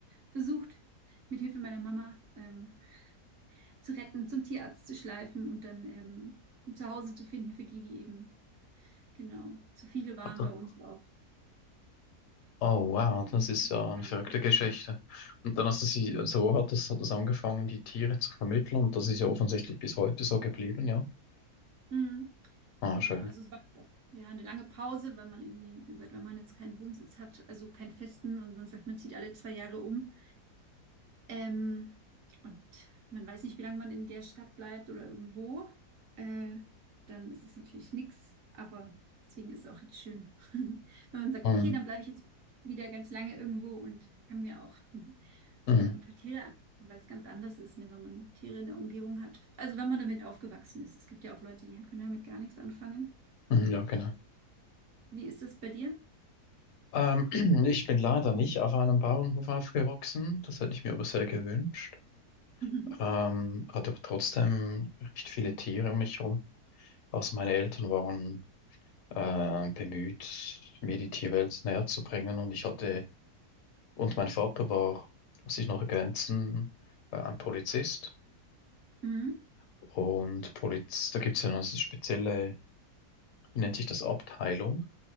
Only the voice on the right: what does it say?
versucht, mit Hilfe meiner Mama ähm, zu retten, zum Tierarzt zu schleifen und dann ähm, zu Hause zu finden für die, die eben, genau, zu viele waren
bei uns auch.
Hat das in
angefangen.
Jetzt-
Mhm.
Genau,
also es war ja eine lange Pause, weil man irgendwie, wie gesagt, wenn man jetzt keinen Wohnsitz hat, also keinen festen und man sagt, man zieht alle zwei Jahre um, Ähm, und man weiß nicht, wie lange man in der Stadt bleibt oder irgendwo. Äh, dann ist es natürlich nichts, aber deswegen ist es auch jetzt schön, <laughs> wenn man sagt,
okay, dann bleibe ich jetzt wieder ganz lange irgendwo und kann mir auch <laughs>
wieder ein paar Tiere anschauen, weil es ganz anders ist, ne, wenn man Tiere in der Umgebung hat. Also wenn man damit aufgewachsen ist. Es gibt ja auch Leute, die können damit gar nichts anfangen.
Wie ist das bei dir?
<laughs>
Mhm.